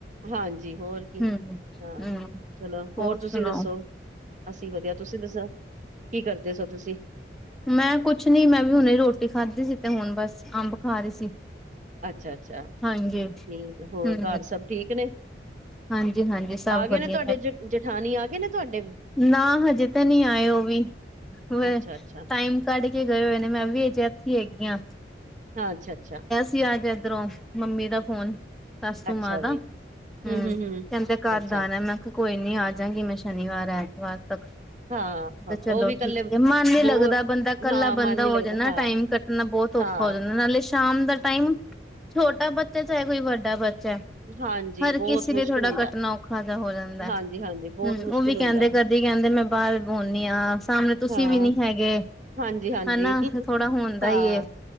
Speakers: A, on the right (about 45°); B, in the centre.
A: ਹਾਂਜੀ ਹੋਰ ਕੀ
B: ਹੂੰ-
A: ਹਾਂ
B: ਹੂੰ,
A: ਚਲੋ
B: ਹੋਰ
A: ਤੁਸੀਂ
B: ਸੁਣਾਓ?
A: ਦੱਸੋ ਅਸੀਂ ਵਧੀਆ। ਤੁਸੀਂ ਦੱਸੋ ਕੀ ਕਰਦੇ ਸੋ ਤੁਸੀਂ?
B: ਮੈਂ ਕੁਛ ਨੀ, ਮੈਂ ਵੀ ਹੁਣੇ ਰੋਟੀ ਖਾਧੀ ਸੀ। ਤੇ ਹੁਣ ਬਸ ਅੰਬ ਖਾ ਰਹੀ ਸੀ।
A: ਅੱਛਾ-ਅੱਛਾ
B: ਹਾਂਜੀ।
A: ਠੀਕ ਹੈ ਹੋਰ
B: ਹੂੰ।
A: ਘਰ ਸਭ ਠੀਕ ਨੇ
B: ਹਾਂਜੀ - ਹਾਂਜੀ। ਸਭ
A: ਆ ਗਏ
B: ਵਧੀਆ।
A: ਨੇ ਤੁਹਾਡੇ ਜ ਜਠਾਣੀ ਆ ਗਏ ਨੇ। ਤੁਹਾਡੇ
B: ਨਾ, ਹਜੇ ਤੇ ਨਹੀਂ ਆਏ ਉਹ ਵੀ, ਵਹ
A: ਅੱਛਾ-ਅੱਛਾ
B: ਟਾਈਮ ਛੱਡ ਕੇ ਗਏ ਹੋਏ ਨੇ। ਮੈਂ ਵੀ ਇੱਥੇ ਹੀ ਹੈਗੀ ਹਾ।
A: ਹਾਂ। ਅੱਛਾ - ਅੱਛਾ।
B: ਤੁਸੀ ਅਜੋ ਇਧਰੋਂ। ਮੰਮੀ ਦਾ ਫੋਨ, ਸਾਸੂ
A: ਅੱਛਾ
B: ਮਾਂ ਦਾ।
A: ਜੀ
B: ਹੂੰ,
A: ਹੂੰ-ਹੂੰ-ਹੂੰ
B: ਕਹਿੰਦੇ ਕਘਰ
A: ਅੱਛਾ
B: ਆਣਾ। ਮੈਂ ਕਿਹਾ, ਕੋਈ ਨੀ, ਆ ਜਾਗੀ ਮੈਂ ਸ਼ ਵਾਰ - ਐਤਵਾਰ ਤੱਕ
A: ਹਾਂ ਹਾਂ
B: ਚਲੋ,
A: ਉਹ ਵੀ ਇਕੱਲੇ
B: ਠੀਕ। ਮਨ ਨੀ
A: ਬੋਰ
B: ਲੱਗਦਾ ਬੰਦਾ ਕੱਲਾ
A: ਹਾਂ
B: ਬੰਦਾ
A: ਮਨ ਨੀ
B: ਹੋ
A: ਲੱਗਦਾ
B: ਜਾਂਦਾ।
A: ਹਾਂ
B: ਟਾਈਮ ਕੱਟਣਾ ਬਹੁਤ ਔਖਾ
A: ਹਾਂ
B: ਹੋ ਜਾਂਦਾ। ਨਾਲੇ ਸ਼ਾਮ ਦਾ ਟਾਈਮ ਛੋਟਾ ਬੱਚਾ ਚਾਹੇ, ਕੋਈ ਵੱਡਾ ਬੱਚਾ ਹੈ।
A: ਹਾਂਜੀ
B: ਹਰ
A: ਬਹੁਤ
B: ਕਿਸੀ
A: ਮੁਸ਼ਕਿਲ
B: ਨੇ ਥੋੜਾਂ
A: ਹੁੰਦਾ
B: ਕਟਣਾ।
A: ਹੈ।
B: ਔਖਾ ਤਾਂ ਹੋ ਜਾਂਦਾ।
A: ਹਾਂਜੀ ਹਾਂਜੀ ਬਹੁਤ
B: ਹੂੰ,
A: ਮੁਸ਼ਕਿਲ
B: ਉਹ ਵੀ ਕਹਿੰਦੇ
A: ਹੁੰਦਾ ਹੈ।
B: ਕਦੀ ਕਹਿੰਦੇ ਮੈਂ ਬਾਹਰ ਬਦੀ ਹਾਂ। ਸਾਹਮਣੇ ਤੁਸੀਂ
A: ਹਾਂ
B: ਵੀ ਨੀ ਹੈਗੇ।
A: ਹਾਂਜੀ ਹਾਂਜੀ
B: ਹਨਾ। ਥੋੜਾ ਹੁੰਦਾ
A: ਹਾਂ
B: ਈ ਏ।